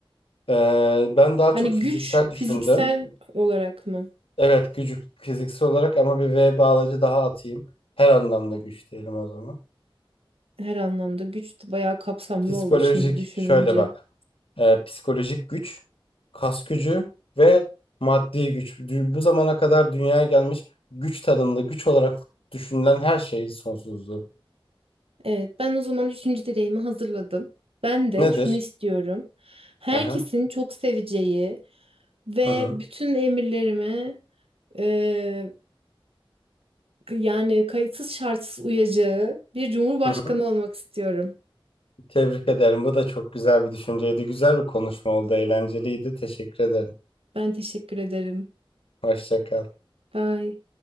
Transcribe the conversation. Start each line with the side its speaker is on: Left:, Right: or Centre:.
Left: Ee, ben daha
Right: Hani
Left: çok fiziksel
Right: güç fiziksel
Left: düşündüm.
Right: olarak mı?
Left: Evet gücü fiziksel olarak ama bir V bağlacı daha atayım. Her anlamda güç diyelim o zaman.
Right: Her anlamda güç de bayağı kapsamlı
Left: Psikolojik
Right: oldu şimdi düşününce.
Left: şöyle bak. Ee, psikolojik güç, kas gücü ve maddi güç. Dü- Bu zamana kadar dünyaya gelmiş güç tanımlı güç olarak düşünülen her şeyin sonsuzluğu.
Right: Evet, ben o zaman üçüncü dileğimi hazırladım. Ben de
Left: Nedir?
Right: şunu istiyorum. Herkesin
Left: Aha,
Right: çok seveceği ve
Left: Hı hı.
Right: bütün emirlerime eee, yani kayıtsız şartsız uyacağı bir cumhurbaşkanı
Left: Hı hı.
Right: olmak istiyorum.
Left: Tebrik ederim. Bu da çok güzel bir düşünceydi. Güzel bir konuşma oldu. Eğlenceliydi. Teşekkür ederim.
Right: Ben teşekkür ederim.
Left: Hoşça kal.
Right: Bye.